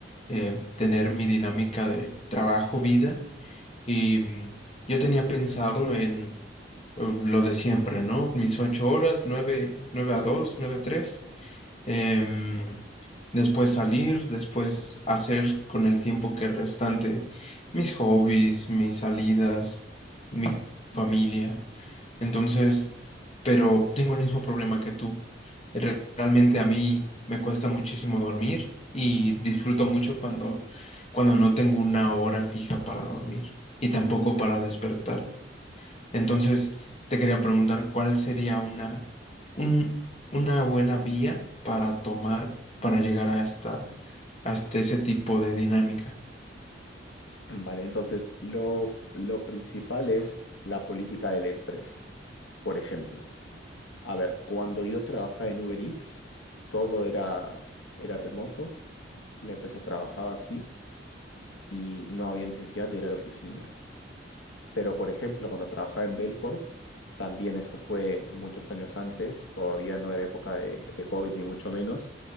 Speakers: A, on the left (about 35°); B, on the left (about 85°).
A: eh, tener mi dinámica de trabajo-vida. Y mm, yo tenía pensado en eh, lo de siempre, ¿no? Mis ocho horas, nueve, nueve a dos, nueve a tres. em, después salir, después hacer con el tiempo que restante mis hobbies, mis salidas, mi familia. Entonces, pero tengo el mismo problema que tú. Re- Realmente a mí me cuesta muchísimo dormir y disfruto mucho cuando, cuando no tengo una hora fija para dormir y tampoco para despertar. Entonces, te quería preguntar cuál sería una, un- una buena vía para tomar, para llegar hasta, hasta ese tipo de dinámica.
B: Vale, entonces lo, lo principal es la política de la empresa. Por ejemplo, a ver, cuando yo trabajaba en Uber Eats, todo era, era remoto, la empresa trabajaba así y no había necesidad de ir a la oficina. Pero, por ejemplo, cuando trabajaba en Belcorp, también esto fue muchos años antes, todavía no era época de, de COVID ni mucho menos,